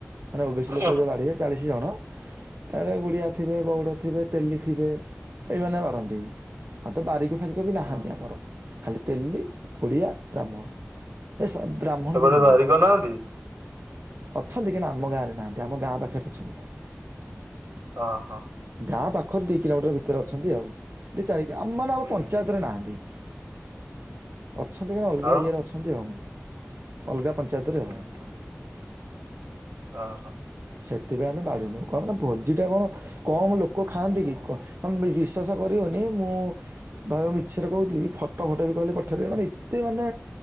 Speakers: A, on the right; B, on the right.
A: ମାନେ ଓବିଶି
B: ହୁଁ
A: ଲୋକ ଯୋଉ ବାଢିବେ ଚାଳିଶ ଜଣ ତାରେ ଗୁଡିଆ ଥିବେ ଗଉଡ଼ ଥିବେ ତେଲି ଥିବେ ଏଇମାନେ ବାଢ଼ନ୍ତି। ଆଉ ତ ବାରିକ ଫାରିକ ବି
B: ହୁଁ
A: ନାହାନ୍ତି ଆମର। ଖାଲି ତେଲୀ, ଗୁଡିଆ, ବ୍ରାହ୍ମଣ ଏ ବ୍ରାହ୍ମଣ
B: ଏପଟେ
A: ବି ନୁହଁ।
B: ବାରି କରିନାହାନ୍ତି
A: ଅଛନ୍ତି କିନ୍ତୁ, ଆମ ଗାଁରେ ନାହାନ୍ତି। ଆମ ଗାଁ ପାଖରେ ଅଛନ୍ତି।
B: ଓହୋ
A: ଗାଁ ପାଖରୁ ଦି କିଲୋମିଟର ଭିତରେ ଅଛନ୍ତି ଆଉ। ଦୁଇ ଚାରିକି ଆମ ମାନ
B: ହୁଁ
A: ଆମ ପଞ୍ଚାୟତରେ
B: ହୁଁ
A: ନାହାନ୍ତି। ଅଛନ୍ତି କା ଅଲଗା
B: ଆଉ
A: ଇଏରେ ଅଛନ୍ତି ଆଉ। ଅଲଗା ପଞ୍ଚାୟତରେ
B: ହୁଁ
A: ଆଉ।
B: ହୁଁ ଓହୋ
A: ସେଥିପାଇଁ ଆମେ ବାଢୁନୁ। କଣ ମାନେ ଭୋଜି ଟା କଣ କମ ଲୋକ ଖାଆନ୍ତି କି। କ ତମେ ବିଶ୍ୱାସ କରିବନି ମୁଁ ଭାବ ମିଛରେ କହୁଥିବି। ଫଟୋ ଫଟୋ ବି କହିଲେ ପଠେଇ ଦେବି। ମାନେ ଏତେ ମାନେ